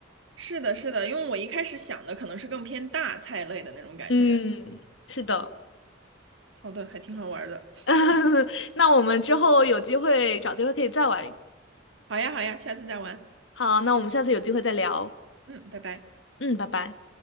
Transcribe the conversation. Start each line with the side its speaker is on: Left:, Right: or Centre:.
Right: 是的，是的，因为我一开始想的可能是更偏大菜类的那种感觉。
Left: 嗯，是的。
Right: 好的，还挺好玩的。
Left: <laughs> 那我们之后有机会找机会可以再玩。
Right: 好呀，好呀，下次再玩。
Left: 好，那我们下次有机会再聊。
Right: 嗯，拜拜。
Left: 嗯，拜拜。